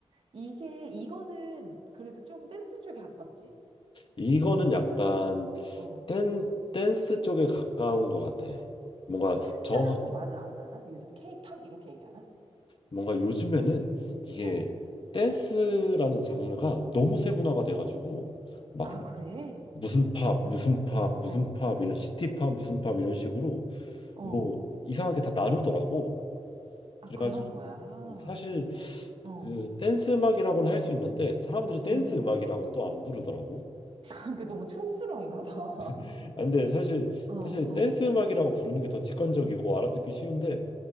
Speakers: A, on the right; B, on the left.
A: 이게, 이거는 그래도 좀 댄스 쪽에 가깝지.
B: 이거는 약간
A: 어.
B: 댄 댄스 쪽에 가까운 것 같아. 뭔가
A: 댄스라고
B: 정확
A: 말을 안 하나? 요즘 케이팝 이렇게 얘기하나?
B: 뭔가 요즘에는 이게
A: 어.
B: 댄스라는 장르가 너무 세분화가
A: 음.
B: 돼가지고 막
A: 아, 그래?
B: 무슨 팝 무슨 팝 무슨
A: 어.
B: 팝 이런 시티 팝 무슨 팝 이런 식으로
A: 어.
B: 뭐 이상하게 다 나누더라고.
A: 아,
B: 그래가지고
A: 그런 거야.
B: 사실
A: 어.
B: 그 댄스 음악이라고는 할 수 있는데 사람들이 댄스
A: 응.
B: 음악이라고는 또 안 부르더라고.
A: <laughs> 그 너무 촌스러운가 봐.
B: <laughs> 아, 근데 사실
A: <laughs> 어,
B: 사실
A: 어,
B: 댄스 음악이라고 부르는 게 더 직관적이고 알아듣기 쉬운데